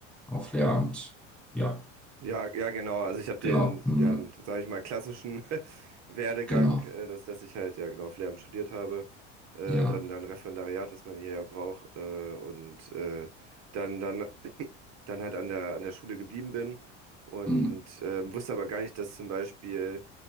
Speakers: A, in the centre; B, on the right.
A: auf Lehramt. Ja,
B: Ja, ja, genau. Also ich habe den,
A: genau, hm,
B: ja, sage ich mal, klassischen <laughs> Werdegang,
A: genau,
B: äh, dass, dass ich halt, ja genau, Lehramt studiert habe, äh,
A: ja.
B: dann, dann Referendariat, was man hier ja braucht, äh, und äh, dann, dann, <clears throat> dann halt an der, an der Schule geblieben bin und
A: Hm,
B: ähm, wusste aber gar nicht, dass zum Beispiel,